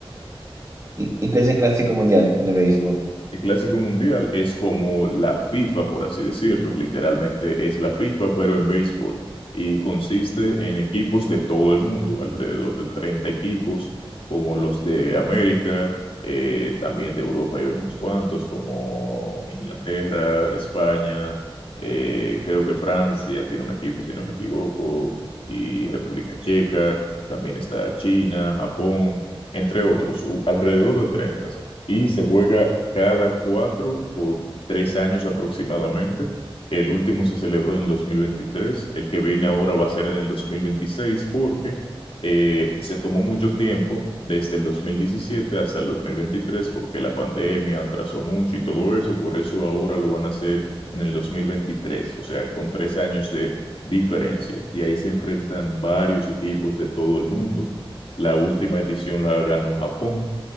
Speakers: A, on the right; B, on the left.
A: ¿Y, y qué es el Clásico Mundial de béisbol?
B: El clásico mundial es como la FIFA, por así decirlo, literalmente es la FIFA, pero en béisbol, y consiste en equipos de todo el mundo, alrededor de 30 equipos, como los de América, eh, también de Europa hay unos cuantos, como Inglaterra, España, eh, creo que Francia tiene un equipo, si no me equivoco, y República Checa, también está China, Japón, entre otros, u- alrededor de 30 y se juega cada cuatro o tres años aproximadamente. El último se celebró en el 2023, el que viene ahora va a ser en el 2026 porque eh, se tomó mucho tiempo desde el 2017 hasta el 2023 porque la pandemia atrasó mucho y todo eso, por eso ahora lo van a hacer en el 2023, o sea, con tres años de diferencia. Y ahí se enfrentan varios equipos de todo el mundo. La última edición la ganó Japón,